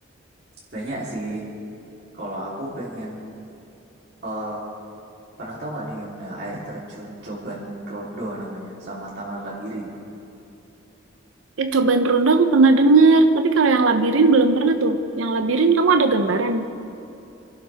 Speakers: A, on the right (about 55°); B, on the right (about 75°).
A: Banyak sih. Kalau aku pengen eh, Pernah tahu nggak nih Yumna air terjun Coban Rondo namanya sama Taman Labirin?
B: Eh, cobaan ronda aku pernah dengar, tapi kalau yang labirin belum pernah tuh. Yang labirin kamu ada gambaran?